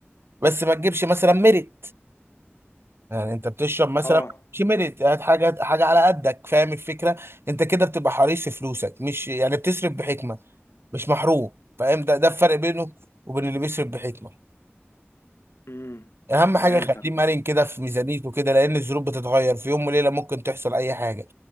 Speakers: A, on the right; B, on the left.
A: بس ما تجيبش مثلا مرق يعني انت بتشرب مثلا
B: اه
A: مش ميريت هات حاجه حاجه على قدك فاهم الفكره انت كده بتبقى حريص في فلوسك مش يعني بتصرف بحكمه مش محروم فاهم ده ده الفرق بينه وبين اللي بيصرف بحكمه
B: امم
A: اهم حاجه
B: فهمتك
A: خليه مرن كده في ميزانيته كده لان الظروف بتتغير في يوم وليله ممكن تحصل اي حاجه